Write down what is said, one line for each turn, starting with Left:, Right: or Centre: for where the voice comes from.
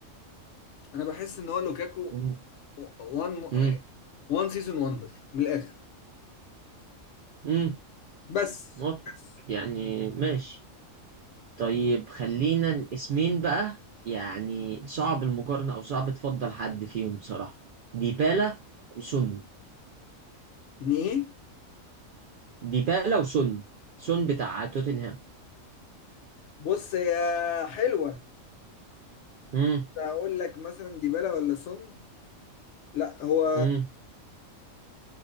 Left: انا بحس ان هو لوكاكو
Right: مم.
Left: وان
Right: امم
Left: وان سيزون وندر من الاخر
Right: امم
Left: بس
Right: موافقة
Left: بس
Right: يعني ماشي طيب خلينا الاسمين بقى يعني صعب المقارنة او صعب تفضل حد فيهم بصراحة ديبالا وسون
Left: ان ايه
Right: ديبالا وسون سون بتاع توتنهام
Left: بص يا حلوه
Right: امم
Left: اقول لك مثلا ديبالا ولا سون لا هو
Right: امم